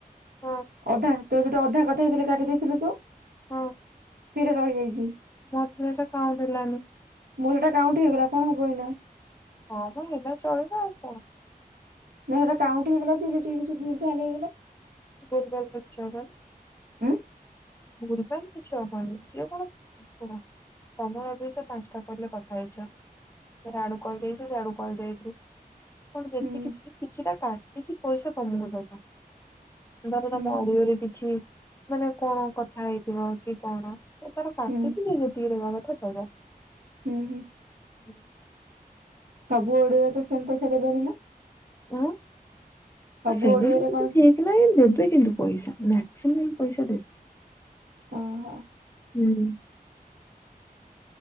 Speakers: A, on the left (about 15°); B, on the right (about 75°).
A: ହଁ
B: ଅଧା। ତୁ ଯୋଉଟେ ଅଧା କଥା ହେଇଥିଲେ କାଟି ଦେଇଥିଲୁ ତୁ।
A: ହଁ
B: ଥିରେ ରହିଯାଇଚି।
A: ମୋର ତ ସେଇଟା କାଉଣ୍ଟ ହେଲାନି
B: ମଁ ସେଟା କାଉଣ୍ଟ ହେଇଗଲା କଣ ହବ ଏଇନା
A: ହଁବା ସେଇଟା ଚାଲେଇଦବା ଆଉ କଟା
B: ନା ସେଟା କାଉଁଟି ହେଇଗଲା ସେ ସେଠିକି କିଛି ଭୁଲ ଭାଲ ହେଇଗଲା
A: ଭୁଲଭାଲ କିଛି ହବନି
B: ଆ
A: ଭୁଲଭାଲ କିଛି ହବନି ସିଏ କଣ ଶୁ ତମ ଅ ସେ ପାଞ୍ଚଟା କିଲେ କଥା ହେଇଛ ସେ ଆଡୁ କଲ ଯାଇଛି ସେ ଆଡୁ କଲ ଯାଇଛି କଣ ଯେତିକି
B: ଉଁ
A: କିଛି ନା <unintelligible> ପଇସା କମିବ ଦ ଧର
B: ହୁଁ
A: ତା ବଡିଓରେ
B: ହୁଁ
A: କିଛି ମାନେ କଣ କଥା କଥା ହେଇଥିବ କି କଣ ସେ ତାର କାଟୁଛିି
B: ହୁଁ
A: ସେ ଯି <unintelligible> ରହିବା କଥା
B: ହୁଁ ହୁଁ
A: <unintelligible>
B: ସବୁ ଓଡିରେ ତ ସେମ ପଇସା ଦେବେନି ନା
A: ହଁ
B: ସବୁ
A: ସେଇଟା
B: ଓଡିଓରେ
A: ବି କିଛି
B: କଣ
A: ଠିକ ନାହିଁ ଦେବେ କିନ୍ତୁ ପଇସା ମ୍ୟାକ୍ସିମମ୍ ପଇସା ଦେବେ
B: ଓହୋ
A: ହୁଁ